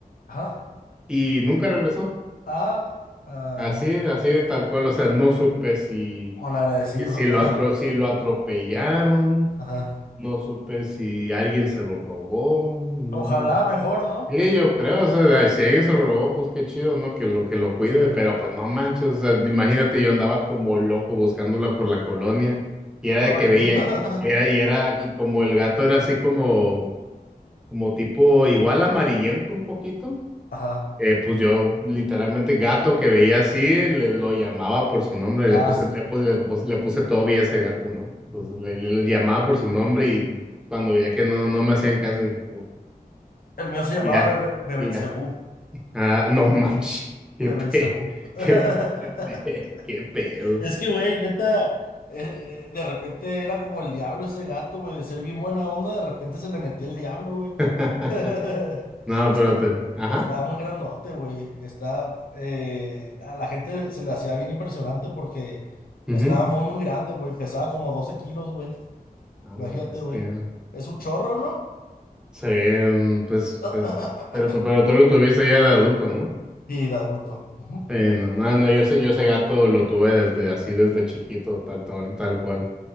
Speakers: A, on the left (about 70°); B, in the centre.
A: Ajá,
B: y nunca regresó.
A: ah, ah,
B: Así,
A: hijo.
B: así tal cual, o sea, no supe si,
A: Malagradecido.
B: si
A: <laughs>
B: lo atro, si lo atropellaron,
A: Ajá.
B: no supe si alguien se lo robó, no,
A: Ojalá
B: no.
A: mejor, ¿no?
B: Sí, yo creo, o sea, si alguien se lo robó, pues qué chido, ¿no? Que lo, que lo cuide,
A: Sí.
B: pero pues no manches, o sea, imagínate, yo andaba como loco buscándola por la colonia, y era de
A: Ay,
B: que veía,
A: <laughs>
B: y era, y era, y como el gato era así como, como tipo igual amarillento un poquito.
A: Ajá.
B: Eh, pues yo literalmente gato que veía así, le, lo llamaba por su nombre,
A: Ah,
B: le puse,
A: sí.
B: le puse, le puse, le puse Toby a ese gato, ¿no? Entonces
A: Ujú.
B: le, le- le llamaba por su nombre y cuando veía que no, no me hacían caso, dije, puta,
A: El mío se llamaba
B: y ya,
A: Bebe- Bebelcebú.
B: y ya. Ah, no <laughs> manches, qué
A: Bebelcebú.
B: pe,
A: <laughs>
B: qué pe- qué pedo.
A: Es que, güey, neta, eh, eh, de repente era como el diablo ese gato, güey, de ser bien buena onda, de repente se le metía el diablo, güey.
B: <laughs>
A: <laughs>
B: No,
A: Y
B: pero
A: está,
B: te, ajá,
A: estaba muy grandote, güey. Está, eh, a la gente se le hacía bien impresionante porque
B: ujú.
A: estaba muy, muy grande, güey. Pesaba como 12 kilos, güey.
B: A
A: Imagínate,
B: la bestia.
A: güey. Es un chorro, ¿no?
B: Sí, mm, pues,
A: <laughs>
B: pues, pero tú, pero tú lo tuviste ya de adulto, ¿no?
A: Sí, de adulto. Ujú,
B: Sí, no, no, no, yo ese, yo ese gato lo tuve desde así, desde chiquito, tal, tal, tal cual.